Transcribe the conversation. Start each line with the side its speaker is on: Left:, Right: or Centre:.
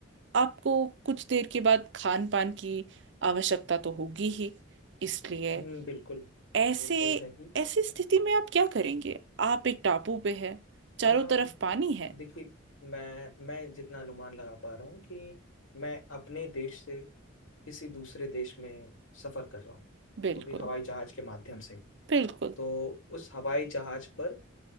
Right: आपको कुछ देर के बाद खान पान की आवश्यकता तो होगी ही इसलिए
Left: हम्म, बिल्कुल
Right: ऐसे
Left: वो तो है ही
Right: ऐसी स्थिति में आप क्या करेंगे आप एक टापू पे हैं चारों
Left: आ,
Right: तरफ पानी है
Left: देखिए मैं मैं जितना अनुमान लगा पा रहा हूँ कि मैं अपने देश से किसी दूसरे देश में सफर कर रहा हूँ
Right: बिल्कुल
Left: वो भी हवाई जहाज के माध्यम से
Right: बिल्कुल
Left: तो उस हवाई जहाज पर